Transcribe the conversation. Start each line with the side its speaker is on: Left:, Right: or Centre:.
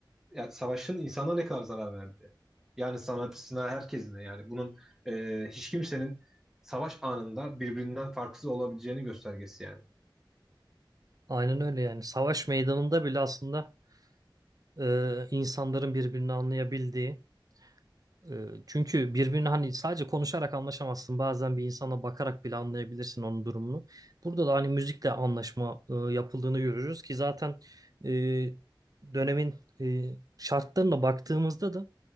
Centre: yani savaşın insana ne kadar zarar verdiği. Yani sanatçısına herkesine yani bunun e, hiç kimsenin savaş anında birbirinden farksız olabileceğini göstergesi yani.
Right: Aynen öyle yani. Savaş meydanında bile aslında e, insanların birbirini anlayabildiği, Ee, Çünkü birbirini hani sadece konuşarak anlaşamazsın. Bazen bir insana bakarak bile anlayabilirsin onun durumunu. Burada da hani müzikle anlaşma e, yapıldığını görürüz ki zaten e, dönemin e, şartlarına baktığımızda da